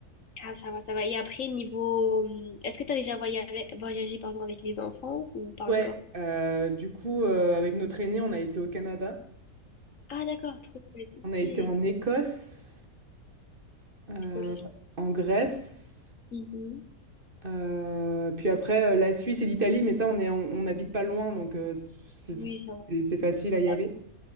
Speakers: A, on the left; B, on the right.
A: Ah, ça va, ça va. Et après, niveau... hum, Est-ce que t'as déjà voyagé, voyagé pardon, avec les enfants ou pas
B: Ouais,
A: encore?
B: euh, du coup, euh, avec notre aîné, on a été au Canada.
A: Ah, d'accord, trop chouette. Ok,
B: On a été en Écosse, euh,
A: trop de la chance.
B: en Grèce,
A: Mhm.
B: euh, puis après euh, la Suisse et l'Italie, mais ça, on est, on, on n'habite pas loin, donc euh, c'est
A: Oui,
B: c'est-
A: ça va.
B: c'est facile à y
A: D'accord.
B: aller.